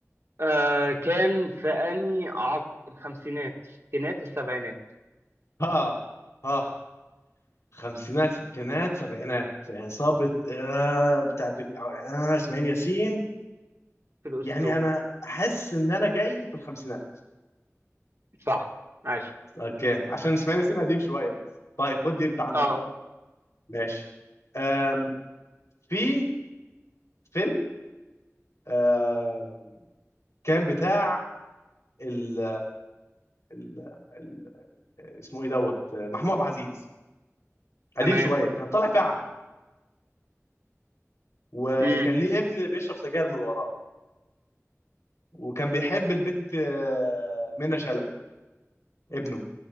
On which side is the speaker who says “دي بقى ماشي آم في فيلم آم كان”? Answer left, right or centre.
Left